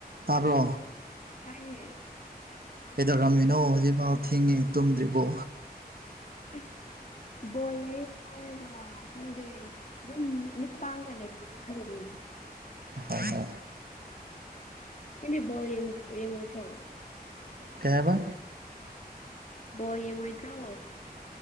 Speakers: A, on the right; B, on the left.
A: ꯇꯥꯕꯣ
B: ꯇꯥꯏꯌꯦ
A: ꯀꯩꯗꯧꯔꯝꯃꯤꯅꯣ ꯍꯧꯖꯤꯛꯐꯥꯎ ꯊꯦꯡꯉꯤ ꯇꯨꯝꯗ꯭ꯔꯤꯕꯣ
B: ꯑꯁ ꯕꯣꯜ ꯂꯩ ꯍꯥꯏꯔꯒ ꯈꯪꯗꯦ ꯑꯗꯨꯝ ꯃꯤꯠ ꯄꯥꯡꯒ ꯂꯩꯒꯅꯤ ꯈꯜꯂꯤꯅꯦ
A: ꯍ
B: ꯀꯗꯤ ꯄꯜ ꯌꯦ ꯌꯦꯡꯉꯉꯇ꯭ꯔꯣ
A: ꯀꯍꯕ
B: ꯕꯣ ꯌꯦꯡꯉꯣꯏꯗ꯭ꯔꯣ